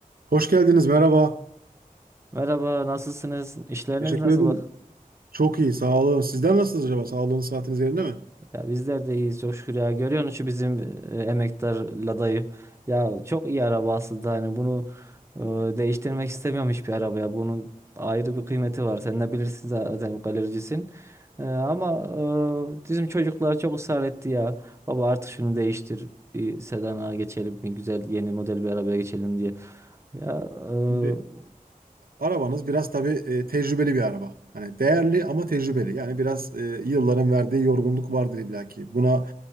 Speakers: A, on the right (about 85°); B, on the right (about 20°).
A: Hoş geldiniz, merhaba.
B: Merhaba, nasılsınız? İşleriniz
A: Teşekkür
B: nasıl?
A: ederim. Çok iyi, sağ olun. Sizden nasılsınız acaba? Sağlığınız, saatiniz yerinde mi?
B: Ya bizler de iyiyiz çok şükür ya. Görüyorsun şu bizim e, emektar Lada'yı. Ya çok iyi araba aslında hani bunu e, değiştirmek istemiyorum hiçbir arabaya. Bunun ayrı bir kıymeti var. Sen de bilirsin zaten galericisin. E, ama e, bizim çocuklar çok ısrar etti ya. Baba artık şunu değiştir. Bir sedana geçelim, bir güzel yeni model bir arabaya geçelim diye. Ya e,
A: Şimdi arabanız biraz tabii e, tecrübeli bir araba. Hani değerli ama tecrübeli. Yani biraz e, yılların verdiği yorgunluk vardır illaki. Buna